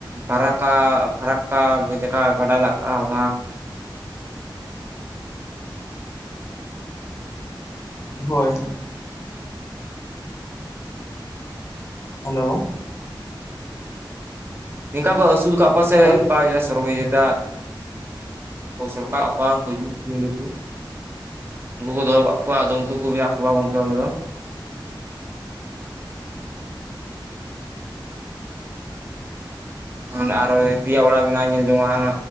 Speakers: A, on the right (about 25°); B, on the left (about 35°).
A: ᱯᱷᱟᱨᱟᱠᱟ ᱯᱷᱟᱨᱟᱠᱟ ᱡᱟᱦᱟᱸ ᱜᱟᱰᱟ ᱫᱟᱜ ᱠᱟᱱᱟ ᱚᱱᱟ᱾
B: ᱦᱳᱭ᱾ ᱦᱮᱞᱳ
A: ᱱᱤᱝᱠᱟ ᱠᱚ ᱟᱹᱥᱩᱞ ᱟᱠᱟᱫ ᱠᱚᱣᱟ ᱥᱮ
B: ᱦᱳᱭ
A: ᱚᱱᱠᱟ ᱥᱚᱨᱵᱚ ᱡᱟᱫᱟ ᱚᱥᱚᱨᱠᱟᱨ ᱚᱠᱟ ᱠᱷᱚᱱ ᱠᱚ ᱦᱤᱡᱩᱜ ᱜᱮᱭᱟ ᱡᱤᱵᱽᱡᱤᱭᱟᱹᱞᱤ ᱠᱚ? ᱩᱱᱠᱩ ᱠᱚ ᱫᱚᱦᱚ ᱟᱠᱟᱫ ᱠᱚᱣᱟ ᱟᱫᱚ ᱩᱱᱠᱩ ᱠᱚ ᱢᱮᱱᱟᱜ ᱠᱚᱣᱟ ᱜᱚᱢᱠᱮ ᱚᱸᱰᱮ ᱫᱚ᱾ ᱚᱸᱰᱮ ᱟᱨᱚ ᱯᱮᱭᱟ ᱚᱲᱟᱜ ᱢᱮᱱᱟᱜᱼᱟ ᱧᱮᱞ ᱡᱚᱝᱟᱜ